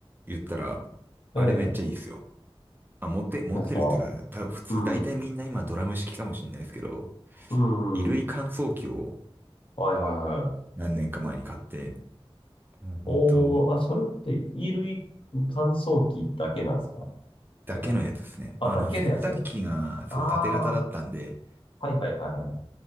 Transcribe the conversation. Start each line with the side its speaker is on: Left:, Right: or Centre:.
Right: 言ったら、
Left: ええ
Right: あれめっちゃいいっすよ。あ、持って、持ってるっていうか、
Left: なんですか。
Right: 多分普通大体みんな今ドラム式かもしれないですけど、
Left: うん。う
Right: 衣類乾燥機を
Left: ん。はいはいはい。
Right: 何年か前に買って、もう本当
Left: おー、あ、それって衣類乾燥機だけなんですか
Right: だけのやつですね。
Left: じゃなく、あ、
Right: まああの洗濯機がそう縦型だったんで、
Left: だけのやつ。ああ、はいはいはいはい。